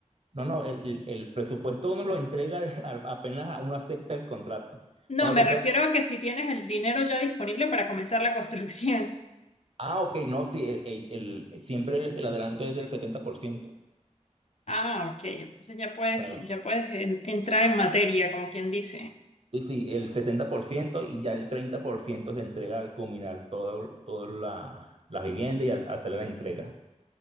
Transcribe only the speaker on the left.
No,
me
refiero a que si tienes el dinero ya disponible para comenzar la construcción. <laughs>
Ah, ok, entonces ya puedes,
ya puedes en- entrar en materia, como quien dice.